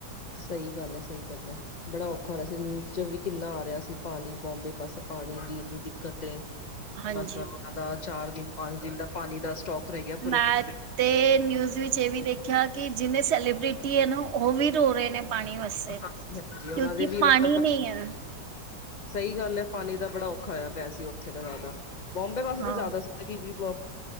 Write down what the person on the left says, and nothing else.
ਸਹੀ ਗੱਲ ਐ, ਸਹੀ ਗੱਲ ਐ, ਬੜਾ ਔਖਾ ਹੋ ਰਿਹਾ ਸੀ ਨਿਊਜ਼ ਚੋ ਵੀ ਕਿੰਨਾ ਆ ਰਿਹਾ ਸੀ ਪਾਣੀ ਬੋਂਬੇ ਪਾਸੇ ਪਾਣੀ ਦੀ ਇੰਨੀ ਦਿੱਕਤ ਏ।
ਬਸ ਉਹਨਾਂ ਦਾ ਚਾਰ ਦਿਨ, ਪੰਜ ਦਿਨ ਦਾ ਪਾਣੀ ਦਾ ਸਟੋਕ ਰਹਿ ਗਿਆ ਪੂਰੇ
ਬੰਬੇ।
ਹਾਂਜੀ ਉਹਨਾਂ
ਦੇ ਵੀ
ਮਤਲਬ
ਸਹੀ ਗੱਲ ਐ, ਪਾਣੀ ਦਾ ਬੜਾ ਔਖਾ ਹੋਇਆ ਪਿਆ ਸੀ ਉੱਥੇ ਤਾਂ ਜ਼ਿਆਦਾ। ਬੋਂਬੇ ਵਾਸਤੇ
ਤਾਂ ਜ਼ਿਆਦਾ ਸੀ ਤਲਬ